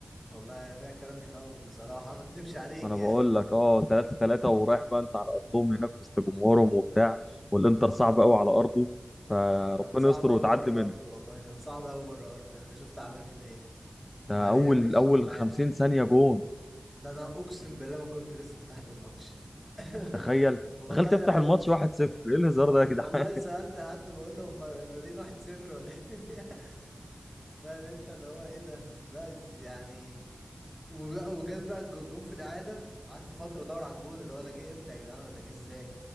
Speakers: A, in the centre; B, on the left.
A: والله فيها كلام يخوف بصراحة ما اكدبش عليك
B: ما انا
A: يعني
B: بقول لك اه 3 3 ورايح بقى انت على ارضهم هناك وسط جمهورهم وبتاع والانتر صعب قوي على ارضه
A: <laughs>
B: فربنا
A: وكان صعب
B: يستر
A: قوي
B: وتعدي
A: بره
B: منه
A: ارضه والله كان صعب قوي بره ارضه يعني انت شفت عمل فينا ايه يعني
B: ده اول
A: هي مشيت
B: اول
A: معانا
B: 50 ثانيه جون
A: ده انا اقسم بالله ما كنت لسه فتحت الماتش <laughs>
B: تخيل
A: والله
B: تخيل تفتح
A: ده
B: الماتش 1-0 ايه الهزار ده يا جدعان
A: والله سألت حد بقول له هما بادئين واحد صفر ولا إيه؟ <laughs> فاهم انت اللي هو ايه ده لا إز- يعني ولا- وجت بقى الج- الجون في الإعادة قعدت فترة ادور على الجون اللي هو ده جه امتى يا جدعان ولا جه ازاي